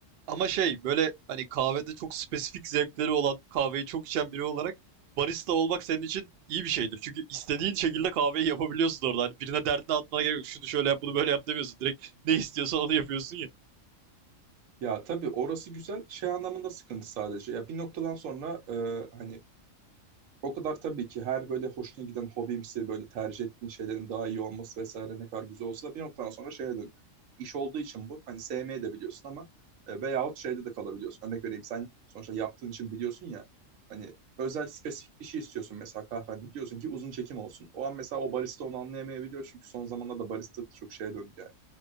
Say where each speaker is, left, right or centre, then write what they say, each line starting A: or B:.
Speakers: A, on the right (about 60°); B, on the right (about 80°).
A: Ama şey böyle hani kahvede çok spesifik zevkleri olan kahveyi çok içen biri olarak barista olmak senin için iyi bir şeydir. Çünkü istediğin şekilde kahveyi yapabiliyorsun orada. Hani birine derdini atmana gerek yok. Şunu şöyle yap bunu böyle yap demiyorsun. Direkt ne istiyorsan onu yapıyorsun ya.
B: Ya tabii orası güzel. Şey anlamında sıkıntı sadece. Ya bir noktadan sonra e, hani o kadar tabii ki her böyle hoşuna giden hobimsi böyle tercih ettiğin şeylerin daha iyi olması vesaire ne kadar güzel olsa da bir noktadan sonra şeye dönüyor. İş olduğu için bu. Hani sevmeye de biliyorsun ama e, veyahut şeyde de kalabiliyorsun. Örnek vereyim sen sonuçta yaptığın için biliyorsun ya hani özel spesifik bir şey istiyorsun mesela kahvende diyorsun ki uzun çekim olsun. O an mesela o barista onu anlayamayabiliyor çünkü son zamanlarda barista çok şeye döndü yani